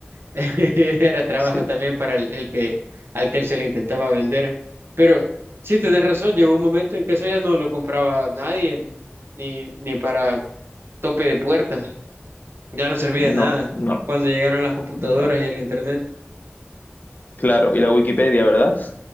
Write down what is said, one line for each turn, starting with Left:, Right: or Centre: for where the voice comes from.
Right: <laughs> Era trabajo
Left: sí.
Right: también para el, el que al que él se le intentaba vender. Pero sí, tenés razón, llegó un momento en que eso ya no lo compraba nadie, ni, ni para tope de puerta. Ya no servía de nada
Left: No, no,
Right: cuando llegaron las computadoras
Left: no.
Right: y el internet.
Left: Claro, y la Wikipedia, ¿verdad?